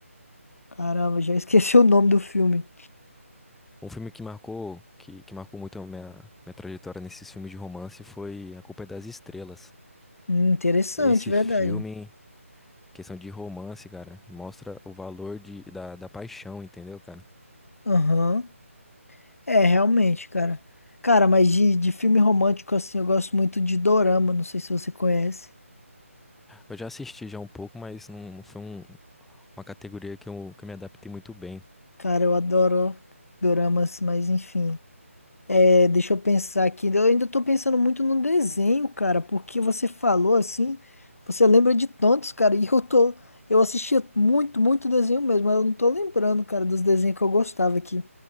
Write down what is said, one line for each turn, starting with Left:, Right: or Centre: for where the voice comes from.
Left: Caramba, já esqueci <laughs> o nome do filme.
Centre: Um filme que marcou, que, que marcou muito a minha, minha trajetória nesses filmes de romance foi A Culpa é das Estrelas.
Left: Hum, interessante,
Centre: Esse
Left: verdade.
Centre: filme, questão de romance, cara, mostra o valor de, da, da paixão, entendeu, cara?
Left: Aham. É, realmente, cara. Cara, mas de, de filme romântico assim, eu gosto muito de Dorama, não sei se você conhece.
Centre: Eu já assisti já um pouco, mas não, não foi um- uma categoria que eu, que eu me adaptei muito bem.
Left: Cara, eu adoro doramas, mas enfim. É, deixa eu pensar aqui. Eu ainda tô pensando muito no desenho, cara, porque você falou assim, você lembra de tantos, cara, <laughs> e eu tô. Eu assistia muito, muito desenho mesmo, mas eu não tô lembrando, cara, dos desenhos que eu gostava aqui.